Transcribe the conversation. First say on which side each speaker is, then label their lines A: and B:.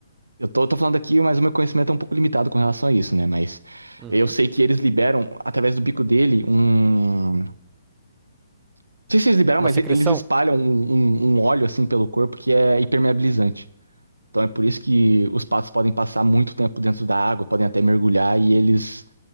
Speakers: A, on the right; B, on the right.
A: Eu tô, tô falando aqui, mas o meu conhecimento é um pouco limitado com relação a isso, né? Mas
B: Uhum.
A: eu sei que eles liberam, através do bico dele, um. Não sei se eles liberam,
B: Uma
A: mas
B: secreção?
A: e- eles espalham um, um- um óleo assim pelo corpo que é impermeabilizante. Então é por isso que os patos podem passar muito tempo dentro da água, podem até mergulhar e eles